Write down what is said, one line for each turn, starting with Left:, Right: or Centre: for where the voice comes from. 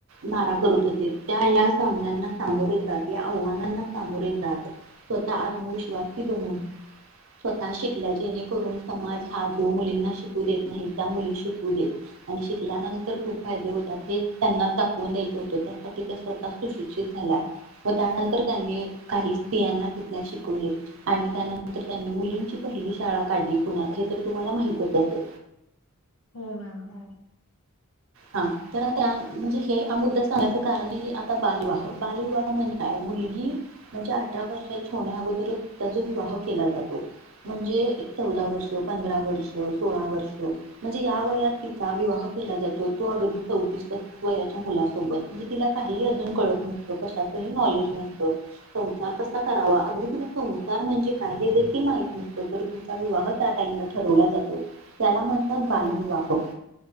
Right: मारा करत होते. त्या या सामन्यांना सामोरे जात या आव्हानांना सामोर जात स्वतः आत्मविश्वास ही बनून. स्वतः शिकल्या जेणेकरून समाज हा जो मुलींना शिकू देत नाही त्या मुली शिकू दे आणि शिकल्यानंतर खूप फायदे होतात हे त्यांना दा वून द्यायचं होतं, त्यासाठी त्या स्वतः सुशिक्षित झाल्या व त्यानंतर त्यांनी काही. तियांना तिथनं शिकवले. आणि त्यानंतर त्यांनी मुलींची पहिली शाळा काढली पुण्यात हे तर तुम्हाला माहितच असेल.
Left: <unintelligible> हो मॅम हो.
Right: हा, तर आता म्हणजे हे हा मुद्दा सांगायचं कारण की आता बालविवाह, बालविवाह म्हणजे काय मुलगी म्हणजे अठरा वर्षाची होण्याअगोदर तिचा जो विवाह केला जातो म्हणजे चौदा वर्ष, पंधरा वर्ष, सोळा वर्ष, म्हणजे या वयात तिचा विवाह केल त तो अगदी चौतीस, पस्तीस वयाच्या मुलासो बत म्हणजे तिला काहीही अजून कळत नसतं कशाच ही नॉलेज नसतं, संसार कसा करावा म्हणजे तिला संसार म्हणजे काय हे देखील माहीत नसतं तरी तिचा विवाह त्या टाईमला ठरवला जातो. त्याला म्हणतात बालविवाह
Left: हो